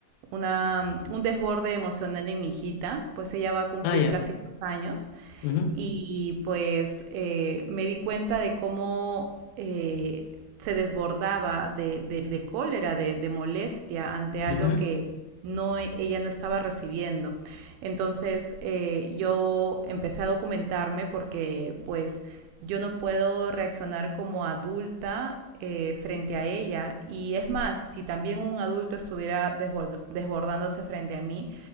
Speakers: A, on the right (about 80°); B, on the left (about 85°).
A: una, mm, un desborde emocional en mi hijita, pues ella va a cumplir
B: Ah, ya.
A: casi dos años
B: Ujú.
A: y pues eh, me di cuenta de cómo eh, se desbordaba de, de- de cólera, de, de molestia ante algo
B: Ujú,
A: que no, e- ella no estaba recibiendo. Entonces eh, yo empecé a documentarme porque pues yo no puedo reaccionar como adulta eh, frente a ella. Y es más, si también un adulto estuviera desbord- desbordándose frente a mí,